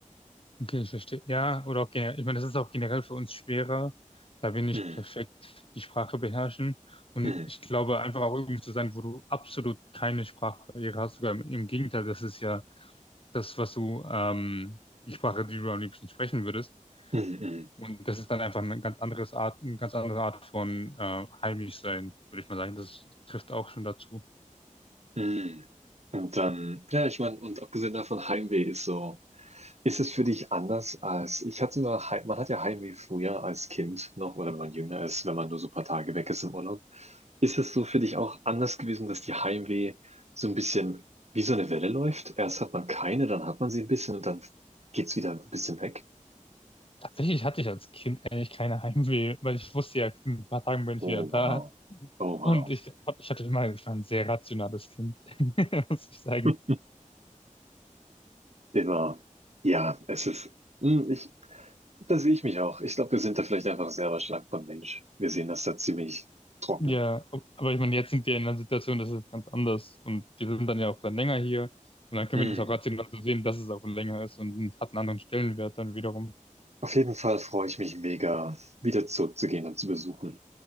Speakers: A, on the left; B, on the right.
A: Okay, ich verstehe. Ja, oder auch generell. Ich meine, das ist auch generell für uns schwerer, da wir nicht
B: Mm,
A: perfekt die Sprache beherrschen. Und
B: mm,
A: ich glaube, einfach auch irgendwo zu sein, wo du absolut keine Sprachbarriere hast. Sogar im, im Gegenteil, das ist ja das, was du, ähm, die Sprache, die du am liebsten sprechen würdest.
B: mm,
A: Und das ist dann einfach eine ganz anderes Art, eine ganz andere Art von äh, heimisch sein, würde ich mal sagen. Das trifft auch schon dazu.
B: mm, mm. Und dann, ja, ich meine, und abgesehen davon, Heimweh ist so. Ist es für dich anders als, ich hatte mal, Hei- man hat ja Heimweh früher als Kind noch oder wenn man jünger ist, wenn man nur so ein paar Tage weg ist im Urlaub. Ist es so für dich auch anders gewesen, dass die Heimweh so ein bisschen wie so eine Welle läuft? Erst hat man keine, dann hat man sie ein bisschen und dann geht's wieder ein bisschen weg.
A: Tatsächlich hatte ich als Kind eigentlich keine Heimweh, weil ich wusste ja, in ein paar Tagen bin ich
B: Oh,
A: wieder da.
B: wow. Oh wow.
A: Und ich, hab- ich hatte immer, ich war ein sehr rationales Kind, <laughs> muss ich sagen.
B: <laughs> Immer. Ja, es ist, hm, ich, da sehe ich mich auch. Ich glaube, wir sind da vielleicht einfach selber stark von Mensch. Wir sehen das da ziemlich trocken.
A: Ja, aber ich meine, jetzt sind wir in einer Situation, das ist ganz anders. Und wir sind dann ja auch dann länger hier. Und dann können
B: Hm.
A: wir das auch rational so sehen, dass es auch länger ist und hat einen anderen Stellenwert dann wiederum.
B: Auf jeden Fall freue ich mich mega, wieder zurückzugehen und zu besuchen.